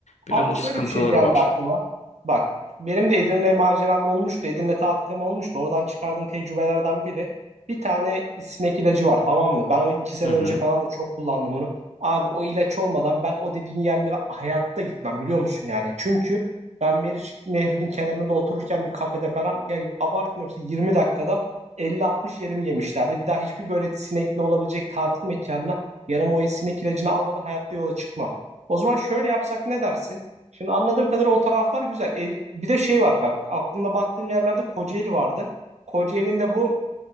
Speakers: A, on the left (about 80°); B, on the right (about 75°).
A: Biraz
B: Abi
A: o
B: şöyle
A: sıkıntıları
B: bir şey geldi
A: var.
B: aklıma. Bak benim de Edirne maceram olmuştu. Edirne tatilim olmuştu. Oradan çıkardığım tecrübelerden biri. Bir tane sinek ilacı var tamam mı? Ben o iki sene
A: Hı hı,
B: önce falan da çok kullandım onu. Abi o ilaç olmadan ben o dediğin yerlere hayatta gitmem biliyor musun yani? Çünkü ben Meriç Nehri'nin kenarında otururken bir kafede falan ya abartmıyorum size, 20 dakikada 50-60 yerimi yemişlerdi. Bir daha hiçbir böyle sinekli olabilecek tatil mekanına yanıma o sinek ilacını almadan hayatta yola çıkmam. O zaman şöyle yapsak ne dersin? Şimdi anladığım kadarıyla o taraflar güzel. E, bir de şey var bak aklımda baktığım yerlerde Kocaeli vardı. Kocaeli'nin de bu